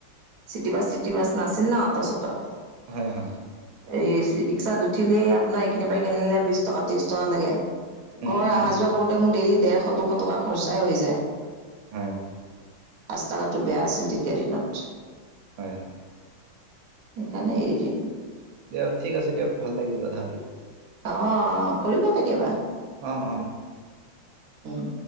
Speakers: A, on the right; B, on the right.
A: চিটিবাছ টিটিবাছ নাছিল না অটো-চটো।
B: হয়, হয়।
A: এই ৰিক্সাত উঠিলেই আপোনাৰ এইখিনি পৰা, এই খিনিলে বিশ টকা, ত্ৰিশ টকা লাগে।
B: উম,
A: ঘৰ
B: উম,
A: আহা যোৱা কৰোঁতে মোৰ ডেইলী ডেৰশ, দুশ টকা খৰচাই হৈ যায়।
B: হয়।
A: ৰাস্তা-ঘাটো বেয়া আছিল তেতিয়াৰ দিনত।
B: হয়।
A: সেইকাৰণে এৰি দিলো।
B: দিয়ক ঠিক আছে দিয়ক, ভাল লাগিল কথা পাতি।
A: অ', কৰিব কেতিয়াবা।
B: অ', অ'।
A: উম।